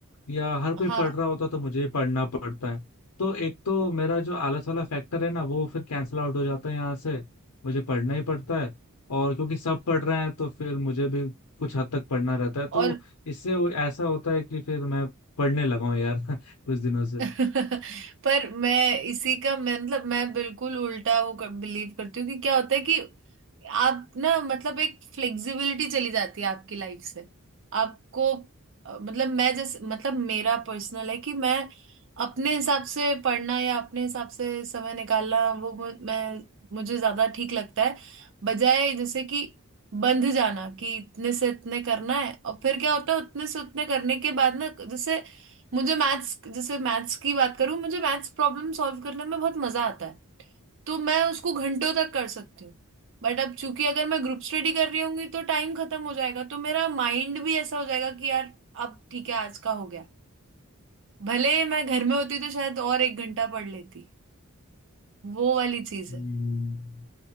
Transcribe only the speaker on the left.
या हर कोई
पढ़ रहा होता तो मुझे भी पढ़ना पड़ता है तो एक तो मेरा जो आलस वाला फैक्टर है ना वो फिर कैंसिल आउट हो जाता है यहाँ से मुझे पढ़ना ही पड़ता है और क्योंकि सब पढ़ रहे हैं तो फिर मुझे भी कुछ हद तक पढ़ना रहता है तो
इससे वो- ऐसा होता है कि फिर मैं पढ़ने लगा हूँ यार <laughs> कुछ दिनों से
हम्म,